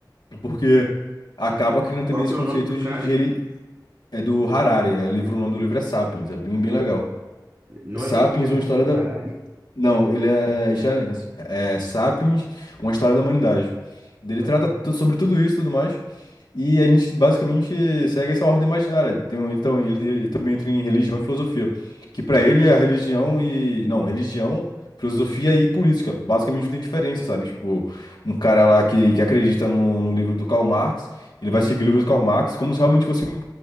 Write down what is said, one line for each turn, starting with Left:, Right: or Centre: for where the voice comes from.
Left: porque acaba criando também
Right: Qual
Left: esse
Right: que é
Left: conceito
Right: o nome do
Left: de,
Right: cara?
Left: de, reli- é do Harari, é livro, o nome do livro é Sapiens, é bem, bem legal.
Right: Ele Não
Left: Sapiens,
Right: é brasileiro,
Left: uma história
Right: né?
Left: da,
Right: Harari.
Left: não, ele é excelente. É Sapiens, uma história da humanidade. Ele
Right: Eu
Left: trata
Right: acho que ele
Left: tu- sobre tudo isso e tudo mais. E a gente basicamente segue essa ordem imaginária. Tem um- Ele, tam- ele- ele também entra em religião e filosofia. Que pra ele é religião e. Não, religião, filosofia e política. Basicamente não tem diferença, sabe? Tipo, um cara lá que, que acredita no, no livro do Karl Marx, ele
Right: é.
Left: vai
Right: Uhum.
Left: seguir o livro do Karl Marx como se realmente fosse um-